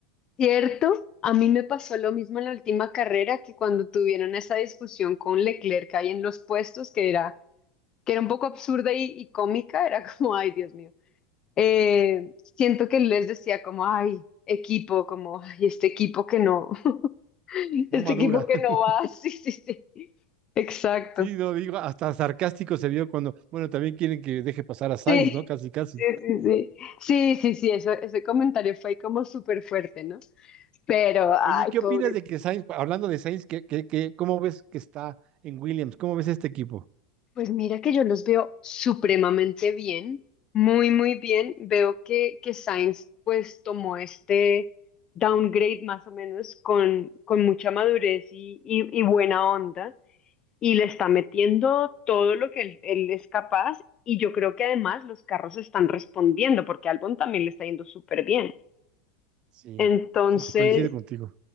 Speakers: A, on the left; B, on the right.
A: Cierto, a mí me pasó lo mismo en la última carrera que cuando tuvieron esa discusión con Leclerc ahí en los puestos, que era, que era un poco absurda y, y cómica, era <laughs> como, ay, Dios mío. Eh, siento que les decía como, ay, equipo, como, ay, este equipo que no, <laughs>
B: no
A: este
B: madura.
A: equipo que
B: <laughs>
A: no va, <laughs> sí, sí, sí. Exacto.
B: Sí, no digo, hasta sarcástico se vio cuando, bueno, también quieren que deje pasar a Sainz,
A: Sí,
B: ¿no? Casi, casi.
A: sí, sí, sí. Sí, sí, sí, eso, ese comentario fue como súper fuerte, ¿no? Pero, ay,
B: Oye, ¿qué
A: pobre.
B: opinas de que Sainz, hablando de Sainz, ¿qué, qué- qué- cómo ves que está en Williams? ¿Cómo ves este equipo?
A: Pues mira que yo los veo supremamente bien, muy, muy bien. Veo que, que Sainz pues tomó este downgrade más o menos con, con mucha madurez y, y- y buena onda y le está metiendo todo lo que él, él es capaz y yo creo que además los carros están respondiendo porque Albon también le está yendo súper bien.
B: Sí,
A: Entonces,
B: sí, te coincido contigo.